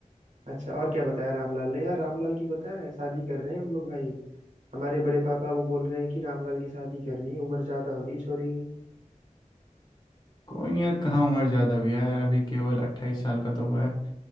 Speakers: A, on the right; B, on the left.
A: अच्छा और क्या बताया रामलाल ने यार रामलाल की पता है शादी कर रहे हैं हम लोग भाई हमारे बड़े पापा वो बोल रहे हैं कि रामलाल की शादी करनी है उम्र ज्यादा हो रही है छोरे की
B: कोई नहीं यार कहाँ उम्र ज़्यादा हुई है यार अभी केवल अट्ठाईस साल का तो हुआ है